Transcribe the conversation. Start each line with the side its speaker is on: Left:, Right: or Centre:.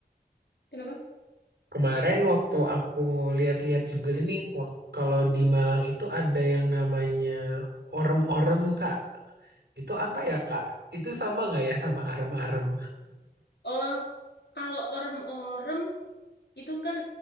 Left: Kenapa?
Right: kemarin waktu aku lihat-lihat juga nih, wak- kalau di Malang itu ada yang namanya orem-orem Kak. Itu apa ya Kak? Itu sama nggak ya sama arem-arem
Left: Oh, kalau orem-orem itu kan